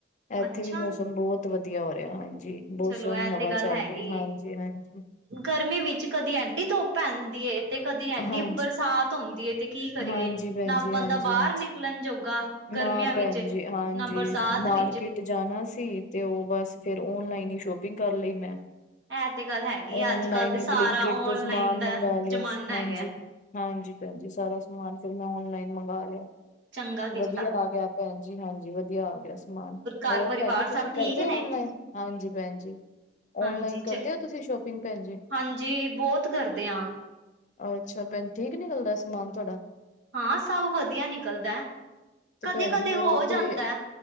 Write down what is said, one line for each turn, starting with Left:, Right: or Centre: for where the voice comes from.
Left: ਇੱਥੇ
Right: ਅੱਛਾ
Left: ਵੀ ਮੌਸਮ ਬਹੁਤ ਵਧੀਆ ਹੋ ਰਿਹਾ ਹਾਂਜੀ ਬਹੁਤ
Right: ਚਲੋ
Left: ਸੋਹਣੀ
Right: ਇਹ
Left: ਹਵਾ
Right: ਤੇ ਗੱਲ
Left: ਚੱਲ
Right: ਹੈਗੀ
Left: ਰਹੀ ਹਾਂਜੀ
Right: ਏ।
Left: ਹਾਂਜੀ
Right: ਗਰਮੀ ਵਿੱਚ ਕਦੀ ਐਡੀ ਧੁੱਪ ਪੈਦੀ ਤੇ ਕਦੀ ਐਡੀ
Left: ਹਾਂਜੀ
Right: ਬਰਸਾਤ ਹੁੰਦੀ ਤੇ ਕੀ ਕਰੀਏ
Left: ਹਾਂਜੀ ਭੈਣ
Right: ਨਾ
Left: ਜੀ
Right: ਬੰਦਾ
Left: ਹਾਂਜੀ
Right: ਬਾਹਰ
Left: ਹਾਂਜੀ
Right: ਨਿਕਲਣ ਜੋਗਾ ਗਰਮੀਆਂ
Left: ਨਾ
Right: ਵਿੱਚ
Left: ਭੈਣ ਜੀ ਹਾਂਜੀ
Right: ਨਾ ਬਰਸਾਤ
Left: ਮਾਰਕੀਟ
Right: ਵਿੱਚ
Left: ਜਾਣਾ ਸੀ ਤੇ ਉਹ ਬਸ ਫਿਰ ਓਨਲਾਈਨ ਹੀ ਸ਼ੋਪਿੰਗ ਕਰ ਲਈ ਮੈਂ
Right: ਇਹ ਤੇ ਗੱਲ ਹੈਗੀ
Left: ਓਨਲਾਈਨ
Right: ਆ ਅੱਜ ਕੱਲ ਤੇ
Left: ਹੀ
Right: ਸਾਰਾ
Left: ਬਲਿੰਕਟ
Right: ਔਨਲਾਈਨ
Left: ਤੋਂ ਸਮਾਨ
Right: ਦਾ
Left: ਮੰਗਵਾ ਲਿਆ
Right: ਜ਼ਮਾਨਾ
Left: ਸੀ ਹਾਂਜੀ
Right: ਹੈਗਾ
Left: ਹਾਂਜੀ ਭੈਣ ਜੀ ਸਾਰਾ ਸਮਾਨ ਫਿਰ ਮੈਂ ਓਨਲਾਈਨ ਮੰਗਵਾ ਲਿਆ
Right: ਚੰਗਾ ਕੀਤਾ
Left: ਵਧੀਆ ਆ ਗਿਆ ਭੈਣ ਜੀ ਹਾਂਜੀ ਵਧੀਆ ਆ ਗਿਆ ਸਮਾਨ
Right: ਘਰ
Left: ਹੋਰ
Right: ਪਰਿਵਾਰ
Left: ਭੈਣ ਜੀ
Right: ਸਭ
Left: ਤੁਸੀਂ
Right: ਠੀਕ
Left: ਕਰਦੇ ਹੋ
Right: ਨੇ
Left: ਔਨਲਾਈਨ ਹਾਂਜੀ ਭੈਣ ਜੀ
Right: ਹਾਂਜੀ
Left: ਓਨਲਾਈਨ ਕਰਦੇ
Right: ਚ
Left: ਹੋ ਤੁਸੀਂ ਸ਼ੋਪਿੰਗ ਭੈਣ ਜੀ
Right: ਹਾਂਜੀ ਬਹੁਤ ਕਰਦੇ ਹਾਂ
Left: ਅੱਛਾ ਭੈਣ, ਠੀਕ ਨਿਕਲਦਾ ਸਮਾਨ ਤੁਹਾਡਾ?
Right: ਹਾਂ, ਸਭ ਵਧੀਆ ਨਿਕਲਦਾ
Left: ਤੇ
Right: ਕਦੇ-
Left: ਭੈਣ
Right: ਕਦੇ
Left: ਜੀ ਮੇਰਾ
Right: ਹੋ ਜਾਂਦੈ
Left: ਤੇ